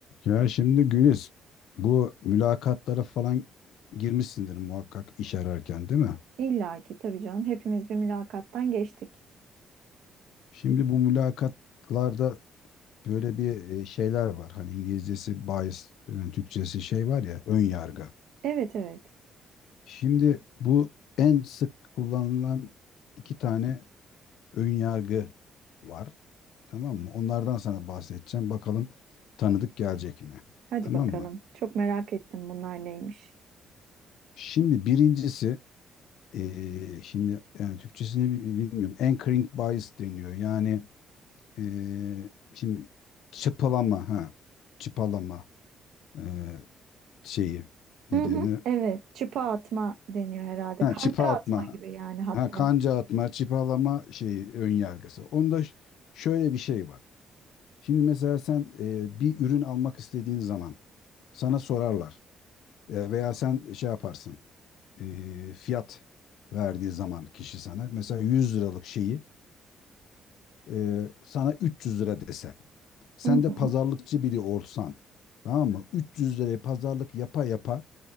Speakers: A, on the left; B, on the right.
A: Ya şimdi Güliz, bu mülakatlara falan girmişsindir muhakkak iş ararken değil mi?
B: İlla ki tabii canım. Hepimiz bir mülakattan geçtik.
A: Şimdi bu mülakatlarda böyle bir e, şeyler var. Hani İngilizcesi bias, yani Türkçesi şey var ya ön yargı.
B: Evet evet.
A: Şimdi bu en sık kullanılan iki tane ön yargı var. Tamam mı? Onlardan sana bahsedeceğim. Bakalım tanıdık gelecek mi?
B: Hadi
A: Tamam
B: bakalım.
A: mı?
B: Çok merak ettim bunlar neymiş.
A: Şimdi birincisi Ee, şimdi yani Türkçesini bi- bilmiyorum. Anchoring bias deniyor. Yani ee, şimdi çıpalama ha çıpalama ee, şeyi ne
B: Hı hı.
A: denir?
B: Evet. Çıpa atma deniyor herhalde.
A: Ha,
B: Kanca
A: çıpa atma.
B: atma gibi yani hatta.
A: Ha, kanca atma, çıpalama şeyi ön yargısı. Onda ş- şöyle bir şey var. Şimdi mesela sen ee, bir ürün almak istediğin zaman sana sorarlar. Ee, veya sen şey yaparsın. ee, fiyat verdiği zaman kişi sana mesela 100 liralık şeyi Ee, sana 300 lira desem. Sen
B: Hı
A: de
B: hı.
A: pazarlıkçı biri olsan. Tamam mı? 300 liraya pazarlık yapa yapa